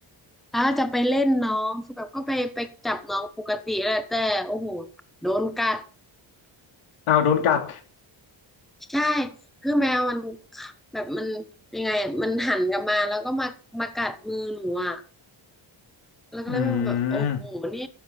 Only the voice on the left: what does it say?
อ้าวโดนกัด
อืม